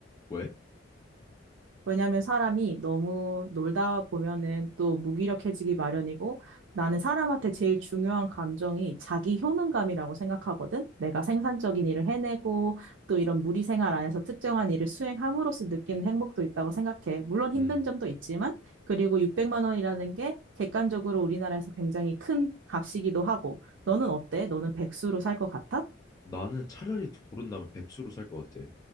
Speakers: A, on the left (about 20°); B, on the right (about 75°).
A: 왜?
B: 왜냐하면 사람이 너무 놀다 보면은 또 무기력해지기 마련이고 나는 사람한테 제일 중요한 감정이 자기 효능감이라고 생각하거든. 내가 생산적인 일을 해내고 또 이런 무리 생활 안에서 특정한 일을 수행함으로써 느끼는 행복도 있다고 생각해. 물론 힘든
A: 음,
B: 점도 있지만 그리고 600만 원이라는 게 객관적으로 우리나라에서 굉장히 큰 값이기도 하고 너는 어때? 너는 백수로 살 것 같아?
A: 나는 차라리 고른다면 백수로 살 것 같아.